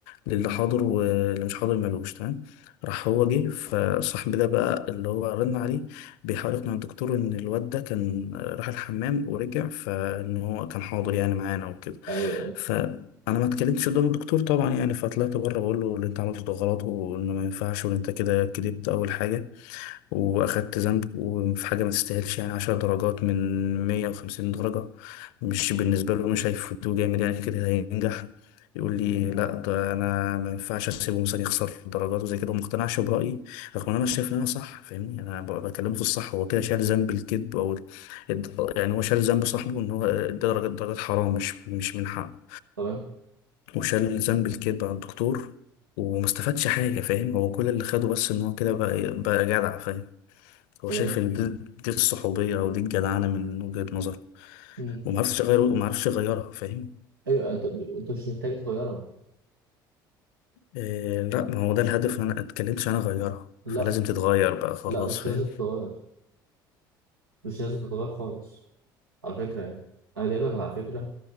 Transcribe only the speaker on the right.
ايوه
تمام
تمام
مم.
ايوه انت انت مش محتاج تغيرها
لا
لا مش
لازم تتغير مش لازم تتغير خالص على فكرة يعني أنا دايما على فكرة